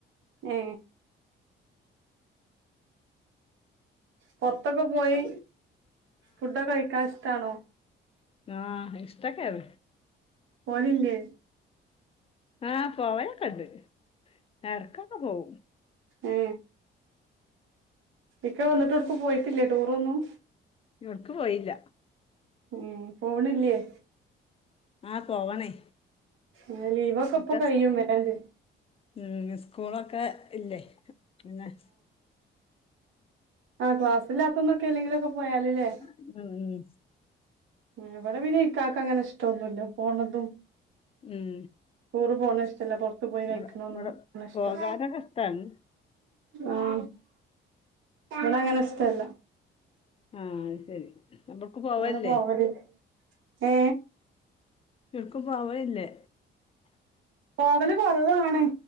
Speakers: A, on the right; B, on the left.
A: ഏ പൊറത്തൊക്കെ പോയി ഫുഡൊക്കെ കഴിക്കാഷ്ട്ടാണോ <unintelligible>
B: ആ എക്സ്ട്രാ കെയറ്
A: പോവലില്ലേ?
B: ആ പോവലൊക്കെ ഇണ്ട്. എടയ്ക്കൊക്കെ പോവും.
A: ഏ ഇക്ക വന്നിട്ടെവിടുക്കും പോയിട്ടില്ലേ ടൂറൊന്നും?
B: എവിടുക്കും പോയീല്ല.
A: ഉം പോണില്ല്യേ?
B: ആ പോവണേ
A: ഏഹ് ലീവൊക്കെ
B: ഒക്കെ
A: ഇപ്പൊ കഴിയും
B: സ്
A: വേണ്ട്.
B: ഉം സ്കൂളൊക്കെ ഇല്ലേ പിന്നെ
A: ആ ക്ലാസ്ല്ലാത്തന്നെക്കെ എ ല്ലെങ്കിലക്കെ പോയാല്ല്ലേ
B: ഉം ഉം
A: എവിടെ പിന കക്ക് അങ്ങനെ ഇഷ്ടൊന്നുമല്ല പോണതും
B: ഉം
A: <unintelligible> ഷ്ടല പോറത്തു പോയി
B: ഇവടെ
A: കഴിക്കണന്നും
B: ഇവടെ
A: നഷ്ടം
B: പോകാനൊക്കെ ഇഷ്ടാണ്
A: ആഹ അവിടെ അങ്ങനെ ഇഷ്ടല്ല
B: ആഹ അ ശരി അവിടക്ക് പോവല്ലേ
A: അങ്ങനെ പോവലില്ല ഏ
B: <unintelligible> ക്ക പോവല്ലേ
A: പോവല് കൊറവാണ്